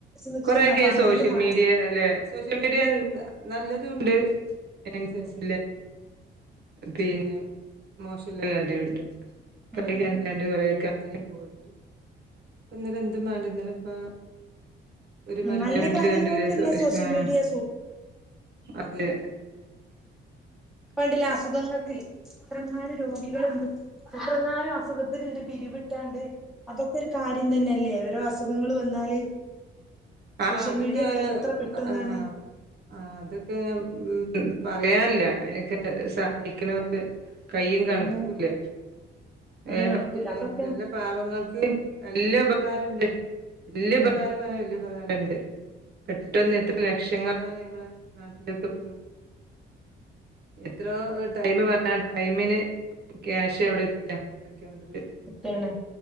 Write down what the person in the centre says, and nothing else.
നിക്കാണ്
അപ്പൊ അങ്ങനെണ്ട്
മാ
ഉം
ഉം ഉം
ഉം
നല്ല
കാര്യങ്ങൾക്ക്ല്ല
സോഷ്യൽ
മീഡിയ
ഇപണ്ടില്ല അസുഖങ്ങൾക്ക് എത്രങ്ങാന് രോഗികള്ണ്ട്. എത്രങ്ങാനും അസുഖത്തിന്ണ്ട് പിരിവിട്ടാണ്ട് അതൊക്കൊരു കാര്യം തന്നെല്ലേ ഓരോ അസുഖങ്ങള് വന്നാല്
സോഷ്യൽ
മീഡിയ വഴി എത്ര പെട്ടെന്നാണ്
ഉം
ഈ കണക്കൂല്ല
അതൊക്കെ
ഉം
താണ്